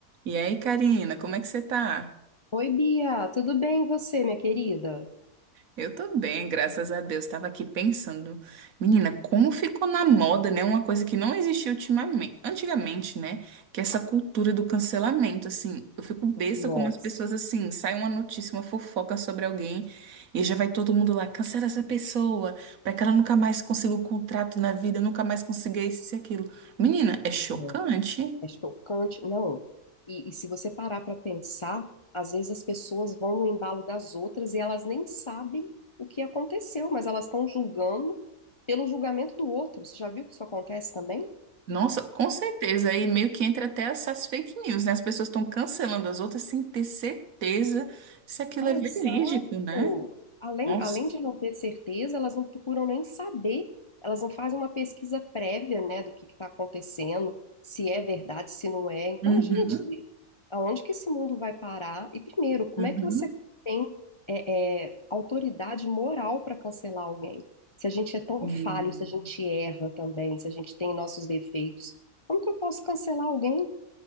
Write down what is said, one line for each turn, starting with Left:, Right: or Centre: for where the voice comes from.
Right: E aí, Karina, como é que você tá?
Left: Oi, Bia, tudo bem e você, minha querida?
Right: Eu tô bem, graças a Deus. Tava aqui pensando, menina, como ficou na moda, né? Uma coisa que não existia ultimamente, antigamente, né? Que é essa cultura do cancelamento, assim. Eu fico besta
Left: Nossa,
Right: como as pessoas, assim, sai uma notícia, uma fofoca sobre alguém e já vai todo mundo lá, cancela essa pessoa, pra que ela nunca mais consiga um contrato na vida, nunca mais consiga isso e aquilo. Menina, é chocante.
Left: é é chocante. Não, e, e se você parar para pensar, às vezes as pessoas vão no embalo das outras e elas nem sabem o que aconteceu, mas elas estão julgando pelo julgamento do outro. Você já viu que isso acontece também?
Right: Nossa, com certeza. Aí meio que entra até essas fake news, né? As pessoas estão cancelando as outras sem ter certeza se aquilo
Left: Ah,
Right: é verídico,
Left: exato.
Right: né?
Left: Além,
Right: Nossa.
Left: além de não ter certeza, elas não procuram nem saber, elas não fazem uma pesquisa prévia, né, do que está acontecendo, se é verdade, se não é. Então,
Right: Uhum,
Left: gente, aonde que esse mundo vai parar? E primeiro, como
Right: uhum.
Left: é que você tem é, é, autoridade moral para cancelar alguém? Se a gente é tão
Right: Hum.
Left: falho, se a gente erra também, se a gente tem nossos defeitos, como que eu posso cancelar alguém?